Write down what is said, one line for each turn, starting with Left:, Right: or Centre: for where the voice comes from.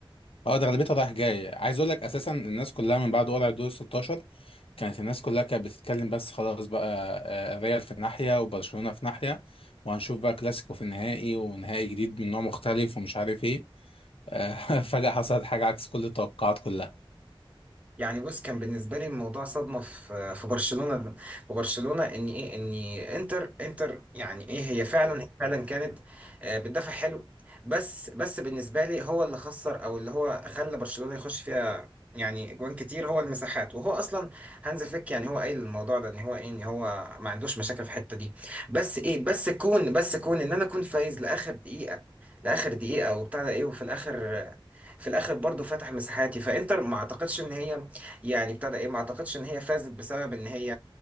Left: اه ده غالبيتها رايح جاي عايز اقول لك اساسا الناس كلها من بعد قرعه دور 16 كانت الناس كلها كانت بتتكلم بس خلاص بقى آه، الريال في ناحيه وبرشلونه في ناحيه وهنشوف بقى كلاسيكو في النهائي ونهائي جديد من نوع مختلف ومش عارف ايه آه، <laughs> فجاه حصلت حاجه عكس كل التوقعات كلها
Right: يعني بص كان بالنسبه لي الموضوع صدمه في في برشلونه في برشلونه ان ايه ان انتر انتر يعني ايه هي فعلا هي فعلا كانت آه، بتدافع حلو بس بس بالنسبه لي هو اللي خسر او اللي هو خلى برشلونه يخش فيها يعني جوان كتير هو المساحات وهو اصلا هانز فليك يعني هو قايل الموضوع ده ان هو ايه ان هو ما عندوش مشاكل في الحته دي بس ايه بس كون بس كون ان انا كنت فايز لاخر دقيقه لاخر دقيقه وبتاع ده ايه وفي الاخر آه، في الاخر برضو فتح مساحاتي فانتر ما اعتقدش ان هي يعني ابتدى ايه ما اعتقدش ان هي فازت بسبب ان هي